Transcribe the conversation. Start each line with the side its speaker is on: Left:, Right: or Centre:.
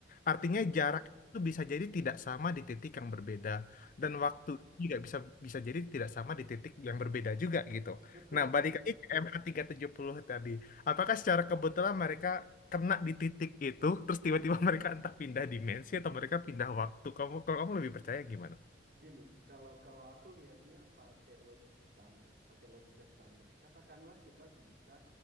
Left: Artinya
Right: Betul.
Left: jarak itu bisa jadi tidak sama di titik yang berbeda
Right: Ya,
Left: dan waktu juga bisa bisa jadi tidak sama di titik yang berbeda juga gitu.
Right: betul
Left: Nah,
Right: sekali.
Left: balik lagi ke MH370 tadi. Apakah secara kebetulan mereka kena di titik itu, terus tiba-tiba <laughs> mereka entah pindah dimensi atau mereka pindah waktu? Kamu kalau kamu lebih percaya gimana?
Right: Gini, kalau kalau aku lihatnya pakai logik standar, pakai logika standar. Katakanlah kita bisa